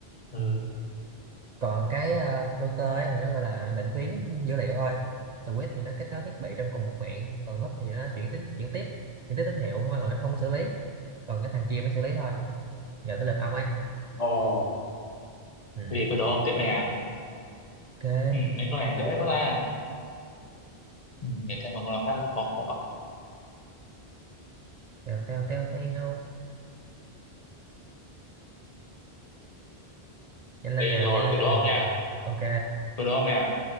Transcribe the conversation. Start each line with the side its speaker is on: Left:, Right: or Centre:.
Left: ừ.
Right: Ừ. còn cái ờ, router ấy thì nó gọi là định tuyến dữ liệu thôi switch thì nó kết nối thiết bị trong cùng một mạng còn húp thì nó chuyển tín chuyển tiếp chuyển tiếp tín hiệu mà nó không có xử lý còn cái thằng kia mới xử lý thôi giờ tới lượt ông ấy
Left: Ồ,
Right: ừ.
Left: thế thì tôi đố ông tiếp nè.
Right: ok
Left: Ừ, mấy con này dễ quá ta. Ừ, để xem một con nào khác khó khó.
Right: teo teo teo teo nhanh lên
Left: Đây
Right: nào
Left: rồi,
Right: nhanh lên
Left: tôi
Right: nào
Left: đố ông nha.
Right: ok
Left: Tôi đố ông nè.